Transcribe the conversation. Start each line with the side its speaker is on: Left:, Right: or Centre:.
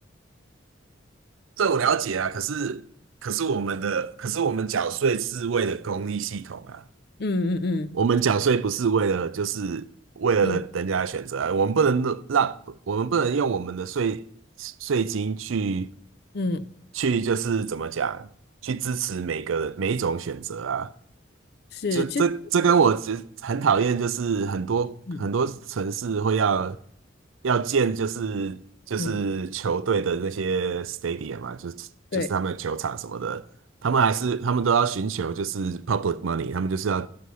Right: 这我了解啊。可是可是我们的可是我们缴税是为了公益系统啊，
Left: 嗯嗯嗯
Right: 我们缴税不是为了就是为了人人家的选择啊，
Left: 嗯
Right: 我们不能让我们不能用我们的税税金去
Left: 嗯，
Right: 去就是怎么讲去支持每个每一种选择啊。
Left: 是，
Right: 就这这跟我其实很讨厌，
Left: 其实
Right: 就是很多很多城市会要
Left: 嗯
Right: 要建，就是就是球队的那些
Left: 嗯，
Right: stadium 嘛，就是就是他们的球场什么的，
Left: 对，
Right: 他们还是他们都要寻求就是 public money，他们就是要